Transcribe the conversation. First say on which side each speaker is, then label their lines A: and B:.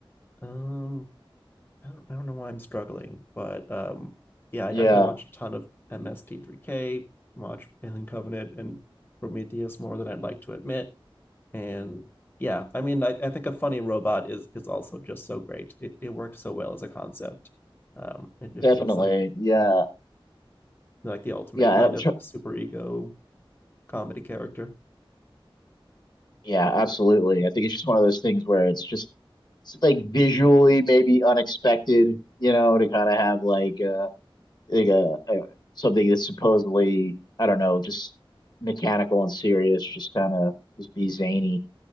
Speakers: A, on the left (about 25°); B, on the left (about 50°).
A: Um. I don't, I don't know why I'm struggling, but um, yeah, I
B: Yeah,
A: definitely watched a ton of MST3K, watched Alien Covenant and Prometheus more than I'd like to admit. And yeah, I mean, I, I think a funny robot is is also just so great. It it works so well as a concept. Um, it, it
B: definitely.
A: feels like
B: Yeah,
A: like the ultimate
B: yeah.
A: kind
B: I'm
A: of
B: sure,
A: super ego comedy character.
B: yeah, absolutely. I think it's just one of those things where it's just it's like visually maybe unexpected, you know, to kind of have like uh like a, a something that's supposedly I don't know, just mechanical and serious, just kind of just be zany.